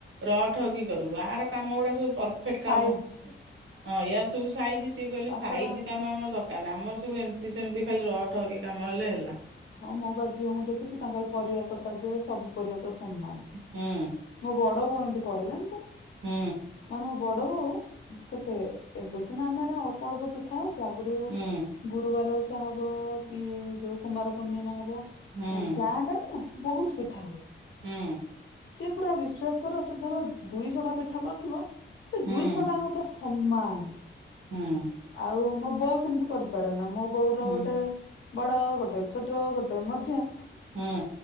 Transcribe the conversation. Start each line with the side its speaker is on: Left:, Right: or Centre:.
Right: ର ଠକି କରୁ ଆର କାମ ଗୁଡା ସବୁ ପରଫେକ୍ଟ
Left: ସାଇଜ
Right: କାମ ହଁ ୟାର ସବୁ ସାଇଜ ସିଏ କହିଲେ
Left: ତାଙ୍କର
Right: ସାଇଜ କାମ ର ଦରକାର ନାହିଁ ଆମର ସବୁ ଏମିତି ସେମିତି ଖାଲି ରହ ଠକି କାମ ହେଲେ ହେଲା।
Left: ହଁ ମୋ ପା ଝିଅଙ୍କୁ ଦେଖିଛି ତାଙ୍କର ପରିବା କଟା ଯେ ସବୁ ପରିବା ସମ୍ମାନ
Right: ହୁଁ
Left: ମୋ ବଡ ବୋଉ ଏମିତି କରେ ଜାଣିଛ?
Right: ହୁଁ।
Left: ମାନେ ମୋ ବଡ ବୋଉ କେତେ ଏବେ ସିନା ଆମେ ଅଳ୍ପ ଅଳ୍ପ ପିଠା ଅଉଛି? ତା ଆଗରୁ
Right: ହୁଁ
Left: ଗୁରୁବାର ଓଷା ହବ କି ଯୋଉ କୁମାର ପୂର୍ଣ୍ଣିମା ହବ
Right: ହୁଁ
Left: ଗାଁ ଟା ନା ବହୁତ ପିଠା ହୁଏ।
Right: ହୁଁ।
Left: ସିଏ ପୁରା ବିଶ୍ଵାସ କର ସେ ଧର ଦୁଇଶହ ଟା ପିଠା କରିଥିବ, ସେ
Right: ହୁଁ
Left: ଦୁଇଶହ ଟାଙ୍କ ପୁରା ସମାନ।
Right: ହୁଁ
Left: ଆଉ ମୋ ବୋଉ ସେମିତି କରିପାରେ ନା। ମୋ ବୋଉର
Right: ହୁଁ
Left: ଗୋଟେ ବଡ ଗୋଟେ ଛୋଟ ଗୋଟେ ମଝିଆ।
Right: ହୁଁ।